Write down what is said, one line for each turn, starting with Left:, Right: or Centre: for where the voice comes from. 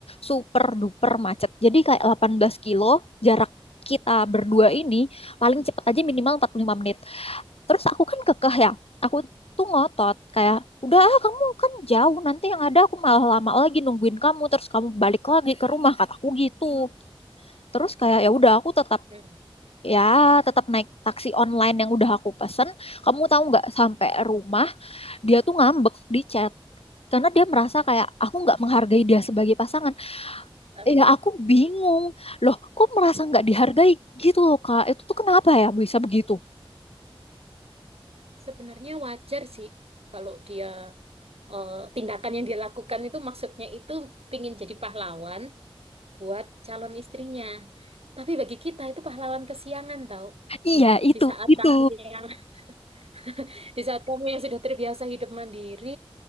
Left: super duper macet jadi kayak 18 kilo jarak kita berdua ini paling cepet aja minimal 45 menit terus aku kan kekeh ya aku tuh ngotot kayak udah ah, kamu kan jauh nanti yang ada aku malah lama lagi nungguin kamu terus kamu balik lagi ke rumah kataku gitu terus kayak ya udah aku tetap
Right: mm
Left: ya tetap naik taksi online yang udah aku pesen kamu tahu nggak sampai rumah dia tuh ngambek di chat karena dia merasa kayak aku nggak menghargai dia sebagai pasangan
Right: Eh,
Left: ya aku bingung loh kok merasa nggak dihargai gitu loh kak itu tuh kenapa ya bisa begitu
Right: Sebenarnya wajar sih kalau dia eh, tindakan yang dia lakukan itu maksudnya itu pingin jadi pahlawan, buat calon istrinya. Tapi bagi kita itu pahlawan kesiangan tahu.
Left: iya itu
Right: Di saat
Left: itu
Right: kamu yang <laughs> di saat kamu yang sudah terbiasa hidup mandiri